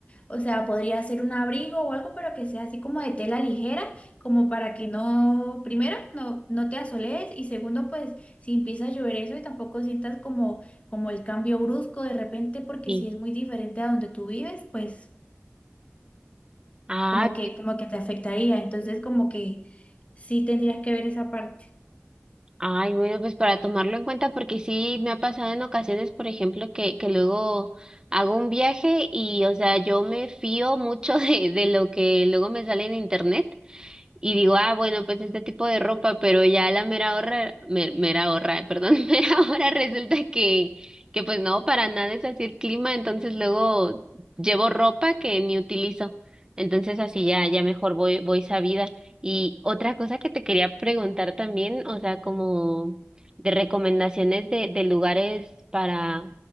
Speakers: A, on the left; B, on the right.
A: o sea, podría ser un abrigo o algo, pero que sea así como de tela ligera, como para que no, primero, no, no te asolees y segundo, pues si empieza a llover eso y tampoco sientas como, como el cambio brusco de repente, porque
B: Sí.
A: si es muy diferente a donde tú vives, pues
B: Ah,
A: como que, como que te afectaría. Entonces, como que sí tendrías que ver esa parte.
B: Ay, bueno, pues para tomarlo en cuenta, porque sí me ha pasado en ocasiones, por ejemplo, que, que luego hago un viaje y, o sea, yo me fío mucho <laughs> de, de lo que luego me sale en internet. Y digo, ah, bueno, pues este tipo de ropa, pero ya a la mera hora, me- mera hora, perdón, <laughs> mera hora resulta que, que pues no, para nada es así el clima, entonces luego llevo ropa que ni utilizo. Entonces así ya, ya mejor voy, voy sabida. Y otra cosa que te quería preguntar también, o sea, como de recomendaciones de, de lugares para,